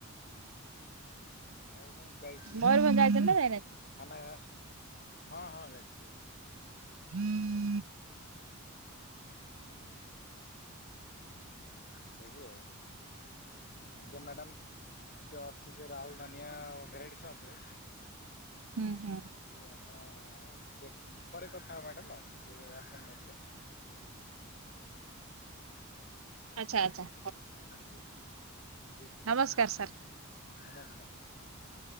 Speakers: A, on the left (about 45°); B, on the right (about 70°).
A: ମୟୂରଭଞ୍ଜ ଯାଇଛି
B: ମୟୂରଭଞ୍ଜ ଯାଇଛନ୍ତି ନା ଯାଇନାହାନ୍ତି?
A: ଥାନା ହଁ ହଁ ଯାଇଛି।
B: <unintelligible>
A: <unintelligible> ସବୁ ଆଉ ଆଜ୍ଞା ମ୍ୟାଡ଼ାାମ ମୁଁ ଟିକେ ଅଛି ସେ ରାହୁଲ ମାନିଆ ଭେରାଇଟି ସପରେ
B: ହୁଁ ହୁଁ
A: ଯେ ଆପଣ ଟିକେ ପରେ କଥା ହବା ମ୍ୟାଡ଼ାମ ଟିକେ ରାସନ୍ ନେବି ଆଉ
B: ଆଚ୍ଛା ଆଛା
A: ଠିକ ଅଛି
B: ନମସ୍କାର ସାର୍।
A: ନମସ୍କାର ଧନ୍ୟବାଦ।